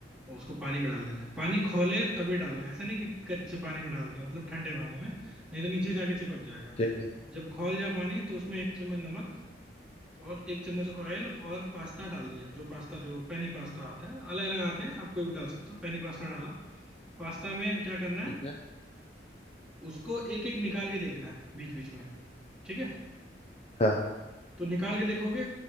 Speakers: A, in the centre; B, on the left.
A: और उसको पानी में डाल देना है पानी खोले तभी डालना है ऐसा नहीं कि कच्चे पानी में डाल दिया मतलब ठंडे पानी में नहीं तो नीचे जाके चिपक जाएगा
B: ठीक है
A: जब खौल जाए पानी तो उसमें एक चम्मच नमक और एक चम्मच ऑयल और पास्ता डाल दिया जो पास्ता जो पेनी पास्ता आता है अलग अलग आते हैं आप कोई भी डाल सकते हो पेनी पास्ता डाला पास्ता में क्या करना है
B: ठीक है
A: उसको एक एक निकाल के देखना है बीच बीच में ठीक है
B: हाँ
A: तो निकाल के देखोगे